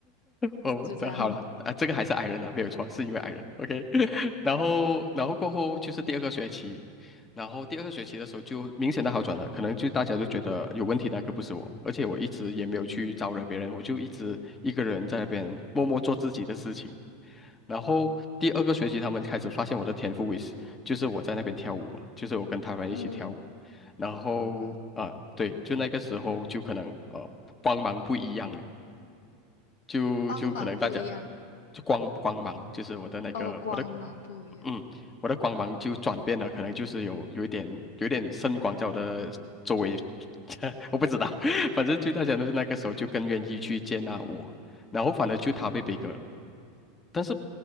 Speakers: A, on the left (about 70°); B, on the left (about 20°).
A: <laughs>
B: 哦，
A: 就这样。
B: 那好了啊，这个还是矮人啊，没有错，是因为矮人。OK，<laughs> 然后然后过后就是第二个学期，然后第二个学期的时候就明显的好转了，可能就大家都觉得有问题那个不是我，而且我一直也没有去招惹别人，
A: 嗯
B: 我就一直一个人在那边默默做自己的事情。然后第二个学期，他们开始发现我的天赋为是，就是我在那边跳舞嘛，就是我跟他们一起跳舞，
A: 嗯，
B: 然后啊、
A: 明白。
B: 对，就那个时候就可能呃帮忙不一样了。就就可能大家
A: 帮忙不一样
B: 就光光芒，就是我的那个我的，
A: 哦，光芒不一样。
B: 嗯，我的光芒就转变了，可能就是有有一点有一点圣光在我的周围，<laughs> 我不知道，<laughs> 反正就大家都是那个时候就更愿意去接纳我，然后反而就他被悲歌了，但是